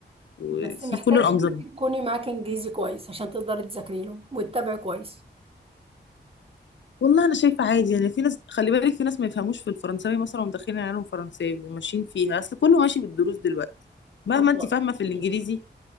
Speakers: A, on the left; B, on the right.
A: وفي
B: بس محتاجة
A: كل الانظمة
B: إنك تكوني معاكي انجليزي كويس عشان تقدري تذاكري له وتتابعي كويس
A: والله انا شايفة عادي يعني في ناس خلي بالك في ناس ما يفهموش في الفرنساوي مثلا ومدخلين عيالهم فرنساوي وماشيين فيها اصل كله ماشي بالدروس دلوقتي مهما
B: والله
A: انتي فاهمة في الانجليزي